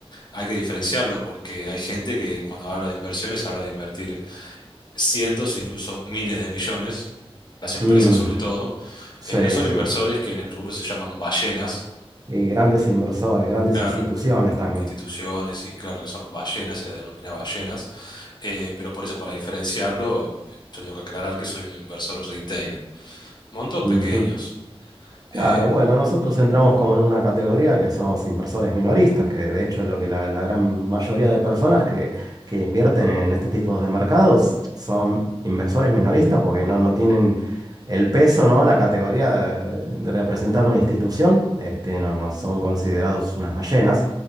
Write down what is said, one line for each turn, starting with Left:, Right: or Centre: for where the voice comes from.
Left: hay que diferenciarlo porque hay gente que cuando habla de inversiones habla de invertir cientos e incluso miles de millones, las empresas
Right: Mm,
Left: sobre todo,
Right: Sí,
Left: Eh, y esos son
Right: sí.
Left: inversores que en el rubro se llaman ballenas,
Right: Y grandes inversores, grandes
Left: claro.
Right: instituciones también.
Left: instituciones y claro que son ballenas, se las denomina ballenas, eh, pero por eso para diferenciarlo, eh, yo tengo que aclarar que soy un inversor retail, montos
Right: Ujú.
Left: pequeños.
Right: Claro,
Left: Em,
Right: bueno, nosotros entramos como en una categoría que somos inversores minoristas, que de hecho lo que la, la gran mayoría de personas que, que invierten en este tipo de mercados son inversores minoristas porque no, no tienen el peso, ¿no? La categoría de, de representar una institución, este, no, no son considerados unas ballenas.